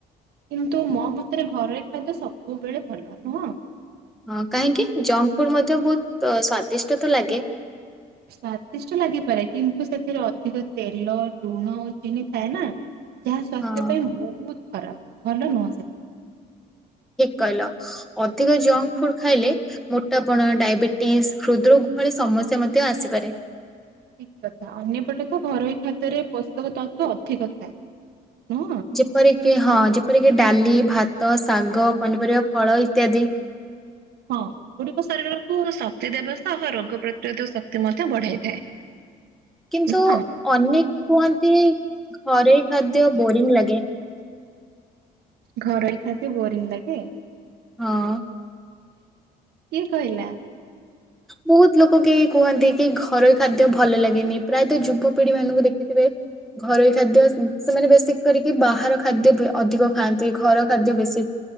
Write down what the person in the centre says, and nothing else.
ହଁ କାହିଁକି ଜଙ୍କ ଫୁଡ ମଧ୍ୟ ବହୁତ ସ୍ଵାଦିଷ୍ଟ ତ ଲାଗେ।
ହଁ
କହ ଅଧିକ ଜଙ୍କ ଫୁଡ ଖାଇଲେ ମୋଟାପଣ ଡାଇବେଟିସ୍ ହୃଦ୍ରୋଗ ଭଳି ସମସ୍ୟା ମଧ୍ୟ ଆସିପାରେ।
ଯେପରିକି ହଁ ଯେପରିକି ଡାଲି ଭାତ ଶାଗ ପନିପରିବା ଫଳ ଇତ୍ୟାଦି।
କିନ୍ତୁ
ଅନେକ କୁହନ୍ତି। ଘରେ ଖାଦ୍ୟ ବୋରିଂ ଲାଗେ।
ହଁ।
ବହୁତ ଲୋକ କେହି କୁହନ୍ତି କି ଘରୋଇ ଖାଦ୍ୟ ଭଲ ଲାଗେନି ପ୍ରାୟତଃ ଯୁବପିଢି ମାନଙ୍କୁ ଦେଖିଥିବେ ଘରୋଇ ଖାଦ୍ୟ ସେମାନେ ବେଶୀ କରିକି ବାହାର ଖାଦ୍ୟ ଅଧିକ ଖାଆନ୍ତି। ଘର ଖାଦ୍ୟ ବେଶୀ